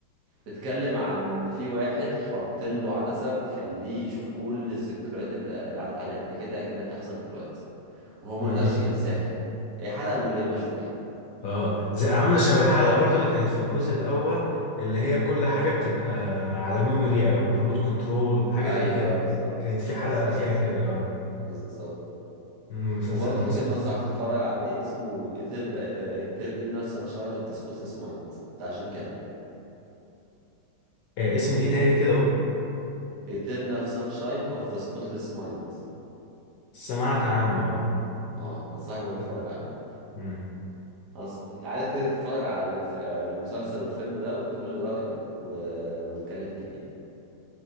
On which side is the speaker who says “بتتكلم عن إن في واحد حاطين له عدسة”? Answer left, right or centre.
Right